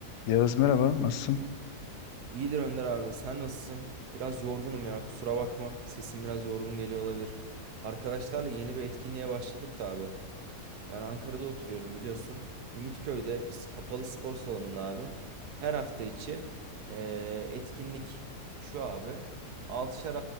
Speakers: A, on the left; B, on the right.
A: Yağız merhaba, nasılsın?
B: İyidir Önder abi. Sen nasılsın? Biraz yorgunum ya. Kusura bakma. Sesim biraz yorgun geliyor olabilir. Arkadaşlarla yeni bir etkinliğe başladık da abi. Ben Ankara'da oturuyorum biliyorsun. Ümitköy'de biz kapalı spor salonunda abi her hafta içi eee, etkinlik şu abi. 6'şar